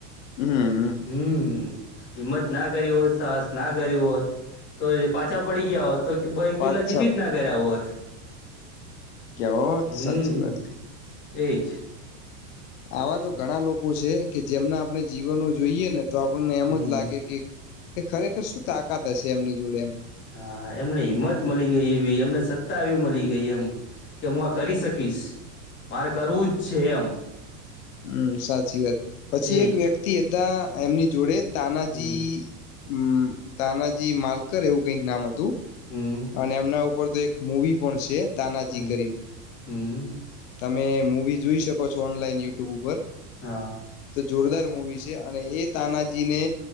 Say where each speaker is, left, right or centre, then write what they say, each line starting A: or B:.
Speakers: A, on the left (about 55°); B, on the left (about 25°).
A: હમ્મ
B: હમ હિંમત ના કરી હોત સાહસ ના કરી હોત તો પાછા પડી ગયા હોત તો ભાઈ
A: પાંચ
B: કિલ્લા જીતી
A: છ
B: જ ના કર્યા હોત.
A: બહોત
B: હમ
A: સાચી વાત
B: એજ.
A: આવા
B: હમ
A: તો ઘણા લોકો છે કે જેમના આપણે જીવનો જોઈએ ને તો આપણને એમ
B: હમ
A: જ લાગે કે કે ખરેખર શું તાકાત હશે એમની જોડે એમ
B: હા એમને હિંમત મળી ગઈ એવી એમને સત્તા એવી મળી ગઈ એમ કે હું આ કરી શકીશ મારે કરવું જ છે એમ.
A: હમ સાચી વાત પછી
B: એજ
A: એક વ્યક્તિ હતા એમની જોડે તાનાજી-
B: હમ
A: હમ તાનાજી માલકર એવું કઈક નામ હતું
B: હમ
A: અને એમના ઉ પર તો એક મવી પણ છે. તાનાજી
B: હમ્મ
A: કરીને
B: હમ્મ.
A: તમે મવી જોઈ શકો છો ઓનલાઈન યુટ્યુબ ઉપર
B: હા
A: તો જોરદાર મુવી છે. અને એ તાનાજી ને